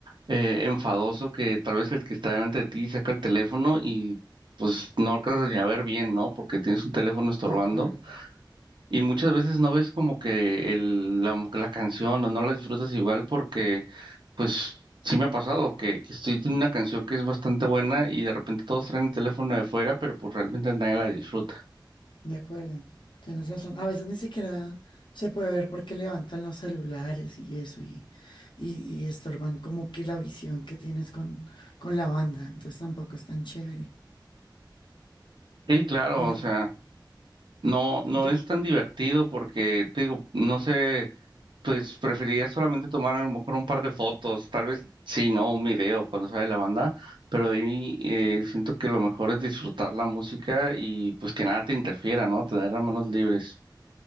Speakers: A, on the right; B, on the left.
A: eh, enfadoso que tal vez el que está delante de ti saca el teléfono y pues no alcanzas ni a ver bien, ¿no? Porque tienes un teléfono estorbando
B: De acuerdo.
A: y muchas veces no ves como que el, la, la canción o no la disfrutas igual porque pues sí me ha pasado que, que estoy en una canción que es bastante buena y de repente todos traen el teléfono de fuera, pero pues realmente nadie la disfruta.
B: De acuerdo, tienes razón. A veces ni siquiera se puede ver porque levantan los celulares y eso y, y, y estorban como que la visión que tienes con, con la banda. Entonces tampoco es tan chévere.
A: Sí, claro,
B: Mira,
A: o sea, no, no
B: yo
A: es tan divertido porque, te digo, no sé, pues preferiría solamente tomar a lo mejor un par de fotos, tal vez sí, no, un video cuando sale la banda, pero de ahí eh, siento que lo mejor es disfrutar la música y pues que nada te interfiera, ¿no? Tener las manos libres.